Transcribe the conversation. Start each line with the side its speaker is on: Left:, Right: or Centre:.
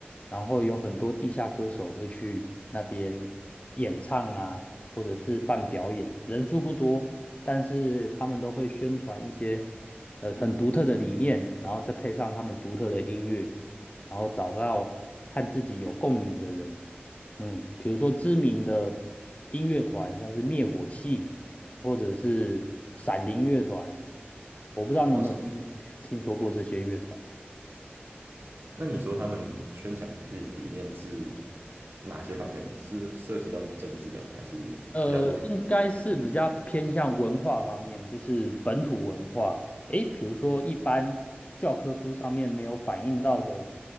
Left: 然后有很多地下歌手会去那边演唱啊，或者是办表演，人数不多，但是他们都会宣传一些呃很独特的理念，然后再配上他们独特的音乐，然后找到和自己有共鸣的人，嗯，比如说知名的音乐团，像是灭火器。或者是闪灵乐团，我不知道你有没有听听说过这些乐团。
Right: 哦，那你说他们宣传自己的理念是哪些方面的？是涉及到政治的吗？还是比较多是个人？
Left: 呃，应该是比较偏向文化方面，就是本土文化。诶，比如说一般教科书上面没有反映到的，